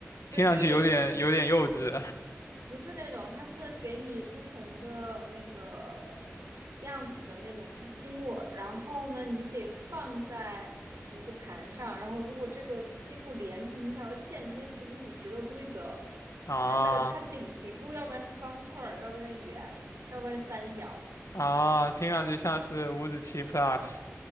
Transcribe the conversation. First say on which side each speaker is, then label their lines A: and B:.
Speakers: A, on the right; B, on the left.
A: 对，
B: 听上去有点有点幼稚
A: 就也不是那种，它是给你不同的那个样子的那种积木，然后呢，你得放在一个盘上，然后如果这个积木连成一条线，类似于五子棋的规则，
B: <laughs> 啊
A: 就它的它顶顶部，要不然是方块儿，要不然是圆，要不然是三角，
B: 啊，听上去像是五子棋 Plus，